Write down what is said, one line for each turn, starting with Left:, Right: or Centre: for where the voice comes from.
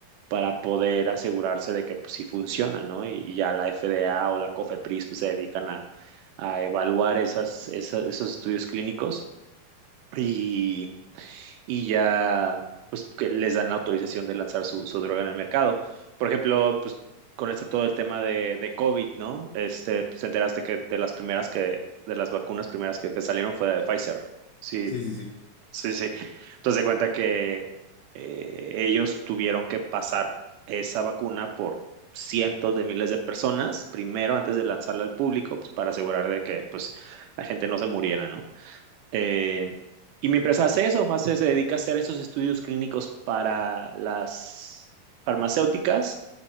Right: para poder asegurarse de que pues sí funcionan, ¿no? Y, y ya la FDA o la COFEPRIS pues se dedican a, a evaluar esas, esa- esos estudios clínicos. Y y ya pues que les dan la autorización de lanzar su, su droga en el mercado. Por ejemplo, pues con este todo el tema de, de COVID, ¿no? Este, pues, te enteraste que de las primeras que, de las vacunas primeras que, que salieron fue la de Pfizer. Sí,
Left: Sí, sí, sí.
Right: sí, sí. Entonces de cuenta que eh, ellos tuvieron que pasar esa vacuna por cientos de miles de personas primero antes de lanzarla al público, pues para asegurar de que pues la gente no se muriera, ¿no? Eh, y mientras hace eso, hace, se dedica a hacer esos estudios clínicos para las farmacéuticas